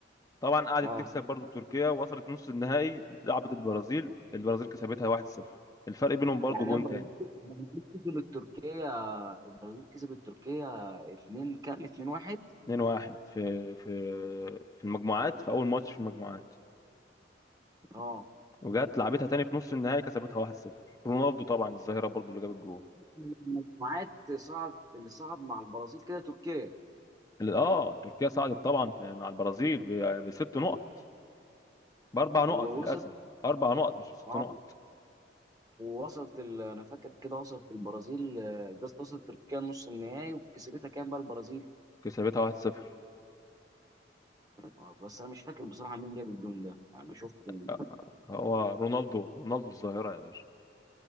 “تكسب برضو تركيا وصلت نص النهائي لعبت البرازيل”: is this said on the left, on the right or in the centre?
Left